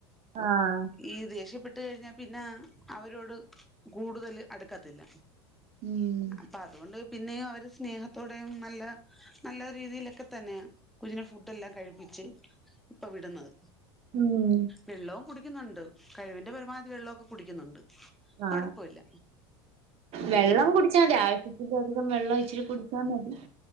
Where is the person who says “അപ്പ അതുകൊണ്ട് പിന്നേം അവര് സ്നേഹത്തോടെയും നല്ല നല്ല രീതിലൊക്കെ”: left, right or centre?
Centre